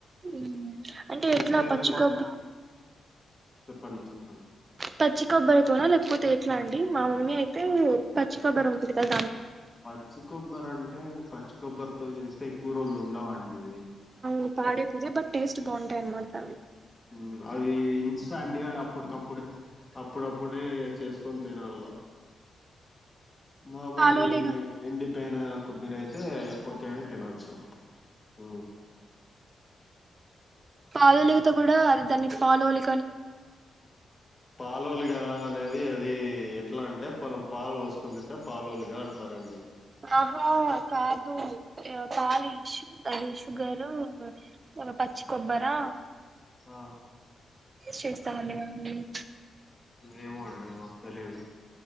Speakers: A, on the right; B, on the left.
A: మ్మ్ అంటే
B: మీ
A: ఎట్ల
B: సైడ్
A: పచ్చికొబ్బ
B: చెప్పండి చెప్పండి
A: పచ్చి కొబ్బరితోనా లేకపోతే ఎట్లా అం డి మా మమ్మీ అయితే పచ్చి కొబ్బరి ఉంటుది కద
B: పచ్చి కొబ్బరంటే పచ్చి కొబ్బరితో జేస్తే ఎక్కువ్ రోజులుండవండీ
A: ఉ పాడైపోతయ్ బట్ టేస్ట్ బావుంటాయన్మాటా
B: మ్మ్ అవీ ఇన్స్టాంట్ గా అప్పుటికప్పుడె అప్పుడప్పుడే పోయి చేసుకొని తినల్ల మామూలు
A: పాలోలిగా
B: ఎండి పైన కొబ్బర అయితే ఎప్పటికైనా తినొచ్చు మ్మ్
A: పాలోలికతో కూడా అద దాన్ని పాలులి
B: పాలలుగా అనేది అది ఎట్లా అంటే మనం పాలు పోసుకుందంటే పాలులుగా అంటారండి
A: ఆహా కాదు పాలేసి అదిషుగాను ఒక పచ్చి కొబ్బరా
B: ఆ
A: చేస్త మండి మేము
B: ఏమోనండి నాకు తెలీదు